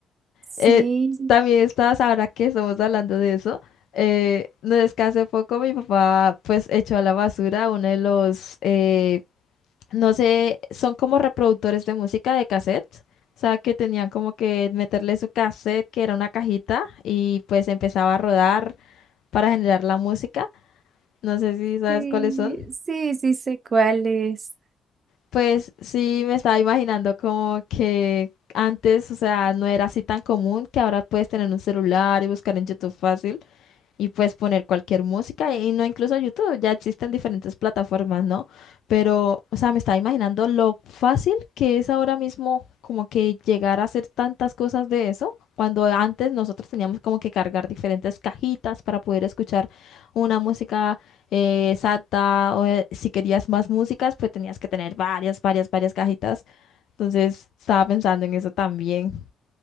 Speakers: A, on the right; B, on the left.
A: Sí,
B: Eh, también estás, ahora que estamos hablando de eso, eh, no es que hace poco mi papá pues echó a la basura uno de los, eh, no sé, son como reproductores de música de cassette. O sea, que tenían como que meterle su cassette, que era una cajita, y pues empezaba a rodar para generar la música. No sé si sabes
A: sí,
B: cuáles son.
A: sí, sí sé cuál es.
B: Pues sí, me estaba imaginando como que antes, o sea, no era así tan común que ahora puedes tener un celular y buscar en YouTube fácil. y puedes poner cualquier música y no incluso YouTube, ya existen diferentes plataformas, ¿no? Pero, o sea, me estaba imaginando lo fácil que es ahora mismo como que llegar a hacer tantas cosas de eso, cuando antes nosotros teníamos como que cargar diferentes cajitas para poder escuchar una música eh, exacta o eh, si querías más músicas, pues tenías que tener varias, varias, varias cajitas. Entonces, estaba pensando en eso también.